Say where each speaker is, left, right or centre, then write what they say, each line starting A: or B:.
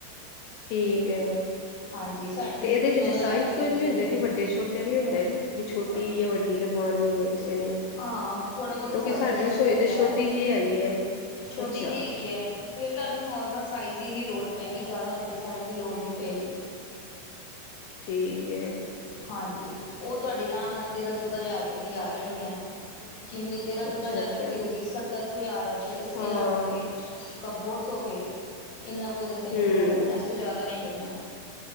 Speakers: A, on the left; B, on the left.
A: ਠੀਕ ਹੈ
B: ਹਾਂਜੀ ਸਾਡੀ
A: ਤੇ
B: ਹੈਗੀ
A: ਇਹਦੇ
B: ਚੌਦਾਂ
A: ਵਿੱਚ
B: ਹਜ਼ਾਰ
A: ਸਾਈਜ਼
B: ਰੁਪਏ
A: ਸੂਈਜ
B: ਵਾਲੀ
A: ਵੀ
B: ਹੈਗੀ
A: ਹੁੰਦੇ ਕਿ
B: ਆ
A: ਵੱਡੇ ਛੋ ਤੇ ਇਹ ਵੀ ਹੁੰਦਾ ਹੈ ਵੀ ਛੋਟੀ ਜਾਂ ਵੱਡੀ ਲਗਵਾਉਣੀ ਹੋਵੇ ਕਿਸੇ ਨੇ
B: ਹਾਂ ਥੋੜਾ ਬਹੁਤਾ
A: ਕਿਉਂਕਿ
B: ਸਾਈਜ਼
A: ਸਾਡੀ
B: ਦਾ ਫ਼ਰਕ
A: ਰਸੋਈ
B: ਹੁੰਦਾ
A: ਤੇ ਛੋਟੀ
B: ਹੈ
A: ਜਿਹੀ ਹੈਗੀ ਹੈ
B: ਛੋਟੀ
A: ਅੱਛਾ
B: ਜਿਹੀ ਹੈਗੀ ਹੈ ਫਿਰ ਤੁਹਾਨੂੰ ਨੋਰਮਲ ਸਾਈਜ਼ ਦੀ ਹੀ ਲੋੜ ਪਏਗੀ। ਜ਼ਿਆਦਾ ਵੱਡੇ ਸਾਈਜ਼ ਦੀ ਲੋੜ ਨਹੀਂ ਪਏਗੀ।
A: ਠੀਕ ਹੈ।
B: ਹਾਂਜੀ ਉਹ ਤੁਹਾਡੀ ਰਾਮ ਨਾਲ ਤੇਰਾਂ ਚੌਦਾਂ ਹਜ਼ਾਰ ਰੁਪਏ ਦੀ ਆ ਜਾਣੀ ਹੈ ਚਿਮਨੀ। ਤੇਰਾਂ ਚੌਦਾਂ
A: ਅੱਛਾ
B: ਹਜ਼ਾਰ
A: ਅੱਛਾ
B: ਰੁਪਏ ਦੀ ਹੋ ਗੀ। ਸੱਤਰ ਕੁ ਹਜ਼ਾਰ ਤੇ ਅੱਸੀ
A: ਹਾਂ
B: ਹਜ਼ਾਰ ਰੁਪਏ।
A: ਹਮ
B: ਕੱਬੋਰਡਸ ਹੋ ਗਏ ਇੰਨਾ ਕੁੱ ਤੇ
A: ਹਮ
B: ਖਰਚਾ ਲੱਗਣਾ ਹੈ। ਇਸ ਤੋਂ ਜ਼ਿਆਦਾ ਨੀ ਲੱਗਣਾ